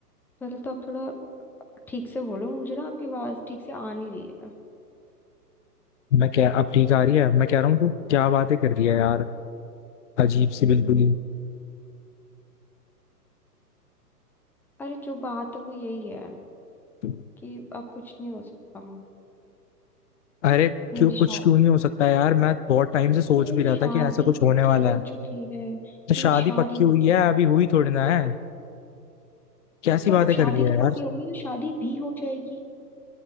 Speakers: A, in the centre; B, on the left.
A: पहले तो आप थोड़ा ठीक से बोलो मुझे ना आपकी आवाज ठीक से आ नहीं रही है
B: मैं क्या अब ठीक आ रही है मैं कह रहा हूँ तू क्या बातें कर रही है यार अजीब सी बिल्कुल
A: अरे जो बात है वो यही है
B: ही
A: कि अब कुछ नहीं हो सकता
B: अरे
A: मेरी
B: क्यों
A: शादी
B: कुछ क्यों नहीं हो सकता यार मैं बहुत टाइम से
A: क्योंकि
B: सोच
A: मेरी
B: भी रहा
A: शादी
B: था कि ऐसा कुछ
A: पक्की
B: होने वाला
A: हो
B: है
A: चुकी है मेरी
B: तो शादी
A: शादी
B: पक्की हुई
A: पक्की
B: है
A: हो
B: अभी हुई थोड़ी ना है कैसी
A: तो
B: बातें
A: अब शादी
B: कर रही है
A: तो
B: यार
A: पक्की हो गई है शादी भी हो जाएगी